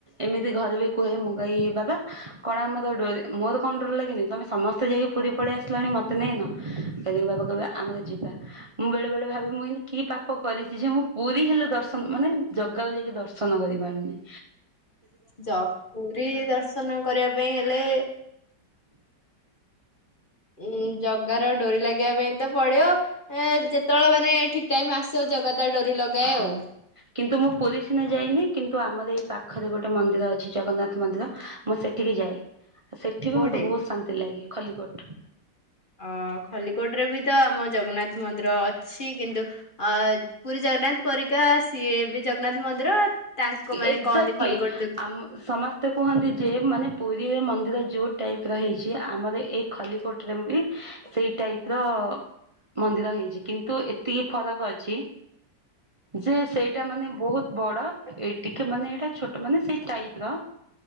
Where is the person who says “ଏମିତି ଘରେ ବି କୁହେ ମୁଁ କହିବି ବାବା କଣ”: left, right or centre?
Right